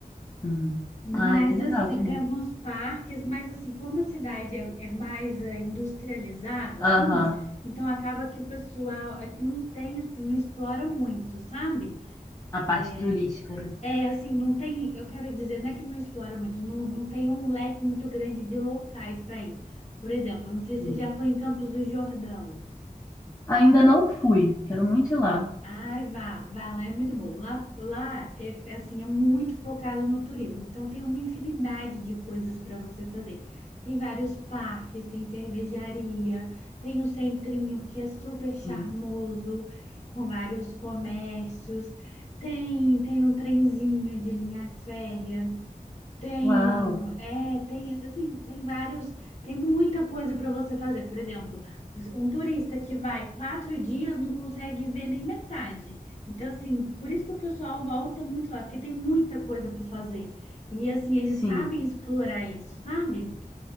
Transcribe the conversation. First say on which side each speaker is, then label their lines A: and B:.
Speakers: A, on the left; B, on the left.
A: Uhum.
B: Mas,
A: Ai, que legal,
B: assim,
A: que bom.
B: tem alguns parques, mas, assim, como a cidade é, é mais eh, industrializada,
A: Aham,
B: assim, então acaba que o pessoal aqui não tem, assim, não explora muito, sabe?
A: A parte
B: É,
A: turística, né?
B: é assim, não tem, eu quero dizer, não é que não explora muito, não, não tem um leque muito grande de locais para ir. Por exemplo, não sei se
A: Hum.
B: você já foi em Campos do Jordão.
A: Ainda não fui, quero muito ir lá.
B: Ai, vá, vá lá, é muito bom. Lá, lá é é assim, é muito focado no turismo, então tem uma infinidade de coisas para você fazer. Tem vários parques, tem cervejaria, tem um centrinho que é super charmoso,
A: Hum.
B: com vários comércios. Tem, tem um trenzinho de linha férrea Tenho,
A: Uau,
B: é, tem, assim, tem vários, tem muita coisa para você fazer. Por exemplo, um turista que vai quatro dias não consegue ver nem metade. Então, assim, por isso que o pessoal volta muito lá, porque tem muita coisa para fazer. E, assim, eles
A: sim.
B: sabem explorar isso, sabe?